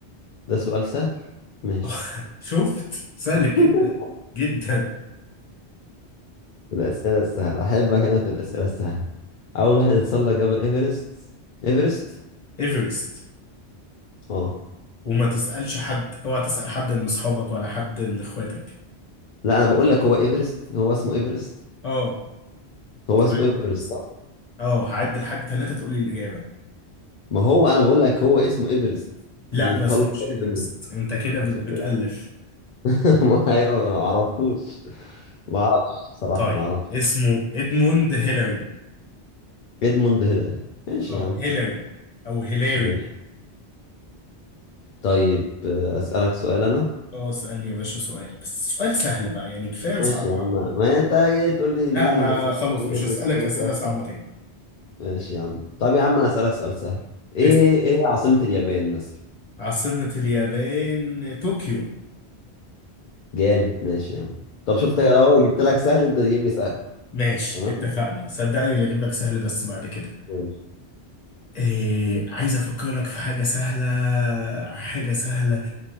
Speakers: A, on the left; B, on the left.
A: ده سؤال سهل ماشي
B: <laughs> شفت سهل جدا
A: <laughs>
B: جدا
A: في الأسئلة السهلة أحبك أنا في الأسئلة السهلة أول واحد يتسلق جبل إيفرست إيفرست
B: إيفرست
A: أه
B: وما تسألش حد اوعى تسأل حد من اصحابك ولا حد من اخواتك
A: لا أنا بقول لك هو إيفرست هو اسمه إيفرست
B: اه
A: هو
B: جبل
A: اسمه إيفرست
B: ايفرست
A: صح
B: اه هعد لحد ثلاثة تقولي الإجابة
A: ما هو أنا بقول لك هو اسمه إيفرست
B: لا
A: اللي
B: ما
A: اتسلق
B: اسموش ايفرست
A: جبل إيفرست
B: انت كده
A: أقصد
B: بت بتألف
A: إيفرست. <laughs> ما أيوه أنا ما أعرفوش ما أعرفش بصراحة
B: طيب
A: ما أعرفش
B: اسمه ادموند هيلاري
A: إدموند هيلاري ماشي
B: اه
A: يا عم
B: هيلاري او هيلاري
A: ماشي طيب آه، أسألك سؤال أنا
B: اه اسألني يا باشا سؤال بس سؤال سهل بقى يعني كفاية نصعب
A: ماشي يا
B: على
A: عم
B: بعض
A: ما أنت جاي تقول لي
B: لا
A: مين
B: ما
A: اللي اتسلق
B: خلاص
A: جبل
B: مش
A: إيفرست
B: هسألك
A: سؤال
B: أسئلة
A: سؤال
B: صعبة تاني
A: ماشي يا عم طب يا عم انا اسالك سؤال سهل ايه
B: اسأل.
A: ايه هي عاصمة اليابان مثلا
B: عاصمة اليابان طوكيو
A: جامد ماشي يا عم طب شفت يا لو جبت لك سهل انت تجيب لي سهل
B: ماشي
A: تمام
B: اتفقنا صدقني اللي اجيب لك سهل بس بعد كده
A: ماشي
B: إيه عايز افكر لك في حاجة سهلة حاجة سهلة